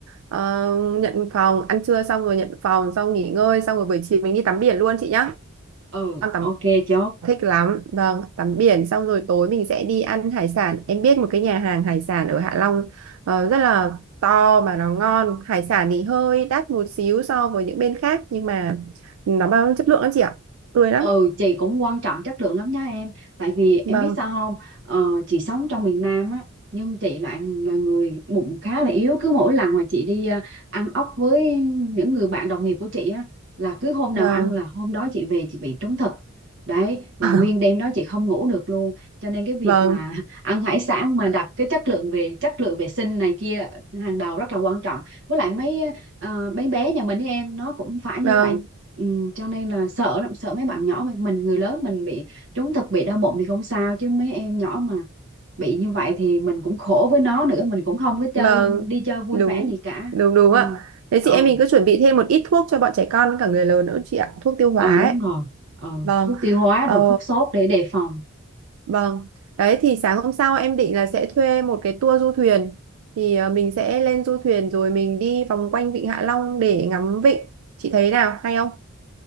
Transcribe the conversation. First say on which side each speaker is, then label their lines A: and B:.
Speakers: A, on the right; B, on the right.
A: ờ, nhận phòng ăn trưa xong rồi nhận phòng xong nghỉ ngơi xong rồi buổi chiều mình đi tắm biển luôn chị nhá
B: ừ
A: con tắm
B: ok chốt
A: thích lắm vâng tắm biển xong rồi tối mình sẽ đi ăn hải sản em biết một cái nhà hàng hải sản ở Hạ Long ờ, rất là to mà nó ngon hải sản thì hơi đắt một xíu so với những bên khác nhưng mà nó bao chất lượng lắm chị ạ tươi lắm
B: Ừ, chị cũng quan trọng chất lượng lắm nha em tại vì em
A: vâng
B: biết sao không ờ, chị sống trong miền Nam á nhưng chị lại là người bụng khá là yếu cứ mỗi lần mà chị đi ờ, ăn ốc với những người bạn đồng nghiệp của chị á là cứ hôm nào
A: vâng
B: ăn là hôm đó chị về chị bị trúng thực đấy và
A: <laughs>
B: nguyên đêm đó chị không ngủ được luôn cho nên cái việc
A: vâng
B: mà <laughs> ăn hải sản mà đặt cái chất lượng về chất lượng vệ sinh này kia hàng đầu rất là quan trọng với lại mấy ờ, mấy bé nhà mình ấy em nó cũng phải như
A: vâng
B: vậy Ừ, cho nên là sợ lắm sợ mấy bạn nhỏ mình, người lớn mình bị trúng thực bị đau bụng thì không sao chứ mấy em nhỏ mà bị như vậy thì mình cũng khổ với nó nữa mình cũng không có chơi
A: vâng
B: đi chơi vui
A: đúng
B: vẻ gì cả
A: đúng đúng
B: ừ
A: ạ thế
B: ờ
A: chị em mình cứ chuẩn bị thêm một ít thuốc cho bọn trẻ con với cả người lớn nữa chị ạ thuốc tiêu hóa
B: ờ, đúng
A: ấy
B: rồi ờ
A: vâng
B: thuốc tiêu hóa
A: ờ,
B: rồi thuốc sốt để đề phòng
A: vâng đấy thì sáng hôm sau em định là sẽ thuê một cái tour du thuyền thì ờ, mình sẽ lên du thuyền rồi mình đi vòng quanh vịnh Hạ Long để ngắm vịnh chị thấy nào hay không